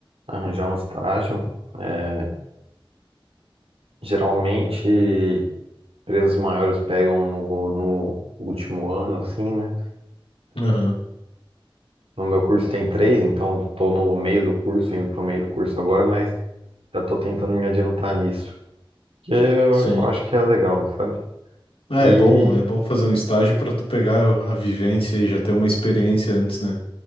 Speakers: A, on the right; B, on the left.
A: arranjar um estágio. É, geralmente, empresas maiores pegam no, no último ano, assim, né?
B: Aham,
A: No meu curso tem três, então tô no meio do curso, indo pro meio do curso agora, mas já tô tentando me adiantar nisso. Que eu,
B: sim.
A: eu acho que é legal, sabe?
B: É,
A: E.
B: é bom, é bom fazer um estágio pra tu pegar a vivência e já ter uma experiência antes, né?